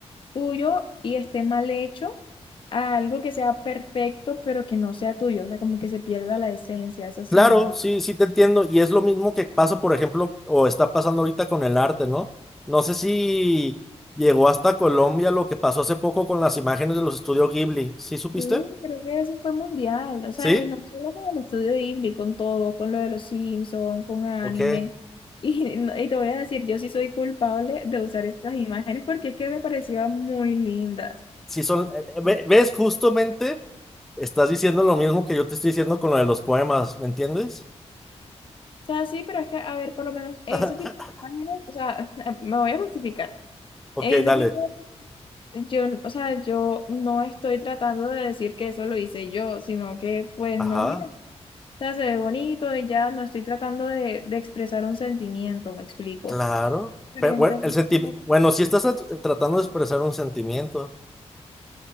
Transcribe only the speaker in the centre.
Claro,
sí, sí te entiendo. Y es lo mismo que pasa, por ejemplo, o está pasando ahorita con el arte, ¿no? No sé si llegó hasta Colombia lo que pasó hace poco con las imágenes de los estudios Ghibli. ¿Sí supiste?
¿Sí?
Ok.
Sí son, eh, eh, ve- ves, justamente estás diciendo lo mismo que yo te estoy diciendo con lo de los poemas, ¿me entiendes?
<laughs>
Ok,
dale.
Ajá,
claro.
Pero, bueno, el sentimiento,
bueno, si estás at- tratando de expresar un sentimiento.